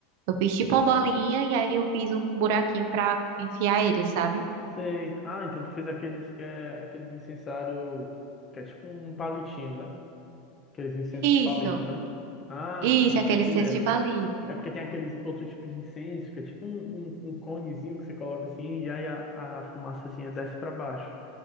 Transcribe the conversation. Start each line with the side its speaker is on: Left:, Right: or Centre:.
Right: eu fiz tipo uma bolinha e aí eu fiz um buraquinho pra enfiar ele, sabe?
Left: Sei. Ah, então tu fez aqueles que é aqueles incensário que é tipo um palitinho, né? Aqueles incensos de palito,
Right: Isso.
Left: né? Ah,
Right: Isso,
Left: sim,
Right: aquele
Left: tô entendendo.
Right: incenso de palito.
Left: É porque tem aqueles outro tipo de incenso, que é tipo um, um, um conezinho que você coloca assim, e aí a, a fumaçazinha desce para baixo.